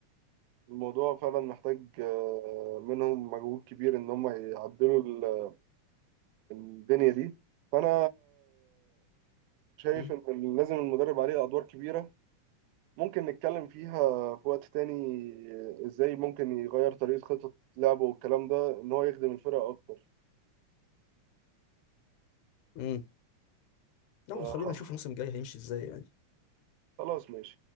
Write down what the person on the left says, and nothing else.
مم.
مم. يلا
خلينا نشوف الموسم الجاي هيمشي ازاي يعني